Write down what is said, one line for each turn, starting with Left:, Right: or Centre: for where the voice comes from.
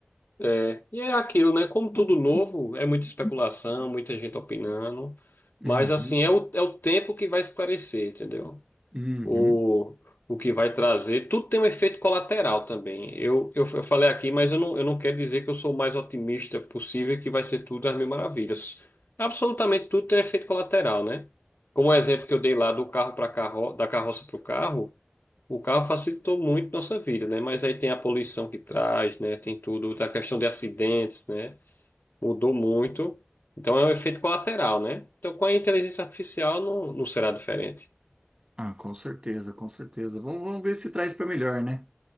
Left: É, e é aquilo, né? Como tudo novo, é muita especulação, muita gente opinando,
Right: Uhum,
Left: mas assim, é o, é o tempo que vai esclarecer, entendeu?
Right: uhum.
Left: O, o que vai trazer. Tudo tem um efeito colateral também. Eu, eu, eu falei aqui, mas eu não, eu não quero dizer que eu sou o mais otimista possível, que vai ser tudo às mil maravilhas. Absolutamente tudo tem efeito colateral, né? Como o exemplo que eu dei lá do carro para carro, da carroça para o carro. O carro facilitou muito nossa vida, né? Mas aí tem a poluição que traz, né? Tem tudo, a questão de acidentes, né? Mudou muito. Então é um efeito colateral, né? Então com a inteligência artificial não, não será diferente.
Right: Ah, com certeza, com certeza. Vamos, vamos ver se traz para melhor, né?